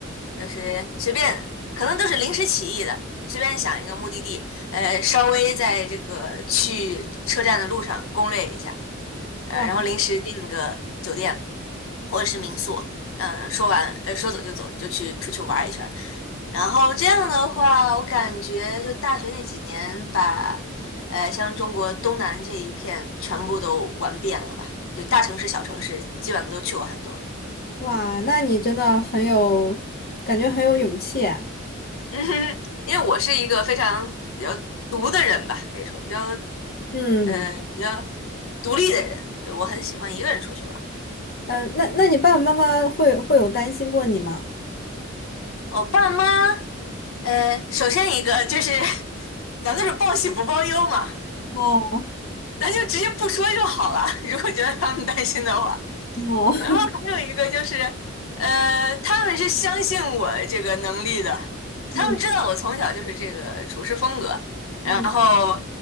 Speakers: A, on the left; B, on the left.
A: 就是随便，可能都是临时起意的，随便想一个目的地，呃，稍微在这个去车站的路上攻略一下，呃，
B: 哇
A: 然后临时订个酒店或者是民宿，嗯，说完呃说走就走，就去出去玩一圈儿。然后这样的话，我感觉就大学那几年把，呃，像中国东南这一片全部都玩遍了吧，就大城市、小城市基本上都去过很多。<laughs>
B: 哇，那你真的很有，感觉很有勇气啊
A: 嗯哼，因为我是一个非常比较独的人吧，可以说比较
B: 嗯
A: 嗯，比较独立的人，就我很喜欢一个人出去玩。
B: 嗯，呃那那你爸爸妈妈会会有担心过你吗？
A: 我爸妈。呃，首先一个就是，咱们都是报喜不报忧嘛，
B: 哦
A: 咱就直接不说就好了。<laughs> 如果觉得他们担心的话，
B: 哦，<laughs>
A: 然后还有一个就是，呃，他们是相信我这个能力的，他们知道我从小就是这个处事风格，
B: 嗯
A: 然后，
B: 嗯